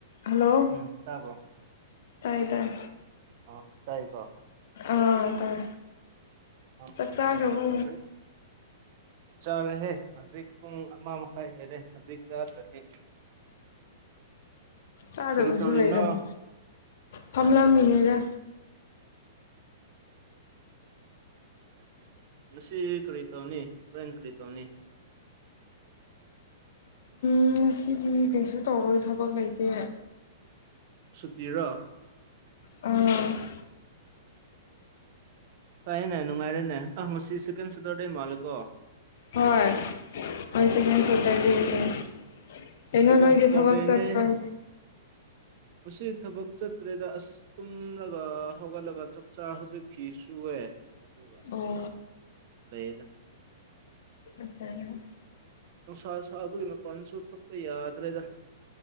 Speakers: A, on the left; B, on the right.
A: Hello
B: ꯎꯝ ꯇꯥꯕ꯭ꯔꯣ
A: ꯇꯥꯏ ꯇꯥꯏ
B: ꯑꯣ ꯇꯥꯏꯀꯣ
A: ꯑꯥ ꯇꯥꯏ
B: ꯑꯥ
A: ꯆꯥꯛ ꯆꯥꯥꯒ꯭ꯔꯕꯣ
B: ꯀꯔꯤ ꯆꯥꯔꯦꯍꯦ ꯍꯧꯖꯤꯛ ꯄꯨꯡ ꯑꯃꯥ ꯃꯈꯥꯏ ꯍꯦꯜꯂꯦ ꯍꯧꯖꯤꯛ ꯆꯥꯗ꯭ꯔꯗꯤ
A: <inaudible> ꯆꯥꯗꯕꯁꯨ
B: ꯀꯔꯤ ꯇꯧꯔꯤꯅꯣ
A: ꯂꯩꯔꯣꯏ ꯐꯝꯂꯝꯃꯤꯅꯤꯗ
B: ꯉꯁꯤ ꯀꯔꯤ ꯇꯧꯅꯤ ꯍꯣꯔꯦꯟ ꯀꯔꯤ ꯇꯧꯅꯤ
A: ꯎꯝ ꯉꯁꯤꯗꯤ ꯀꯩꯁꯨ ꯇꯧꯔꯣꯏ ꯊꯕꯛ ꯂꯩꯇꯦ
B: ꯁꯨꯇꯤꯔꯣ
A: ꯑ
B: ꯐꯩꯌꯦꯅꯦ ꯅꯨꯡꯉꯥꯏꯔꯦꯅꯦ ꯑꯥ ꯉꯁꯤ ꯁꯦꯀꯦꯟ ꯁꯇꯔꯗꯦ ꯃꯥꯂꯦꯀꯣ
A: ꯍꯣꯏ ꯍꯣꯏ ꯁꯦꯀꯦꯟ ꯁꯇꯔꯗꯦꯅꯦ ꯀꯩꯅꯣ
B: ꯁꯦꯀꯦꯟ
A: ꯅꯣꯏꯗꯤ
B: ꯁꯦꯇꯔꯗꯦꯅꯦ
A: ꯊꯕꯛ ꯆꯠꯄ꯭ꯔꯣ ꯍꯥꯏꯖꯦ
B: ꯃꯁꯤ ꯊꯕꯛ ꯆꯠꯇ꯭ꯔꯦꯗ ꯑꯁ ꯇꯨꯝꯔꯒ ꯍꯧꯒꯠꯂꯒ ꯆꯛ ꯆꯥ ꯍꯧꯖꯤꯛ ꯐꯤ ꯁꯨꯏꯑꯦ ꯑꯗꯨꯒ
A: ꯑꯣ
B: ꯂꯩꯌꯦꯗ
A: <inaudible>
B: ꯅꯨꯡꯁꯥ ꯁꯥꯕꯒꯤ ꯃꯄꯥꯟꯁꯨ ꯊꯣꯛꯄ ꯌꯥꯗ꯭ꯔꯦꯗ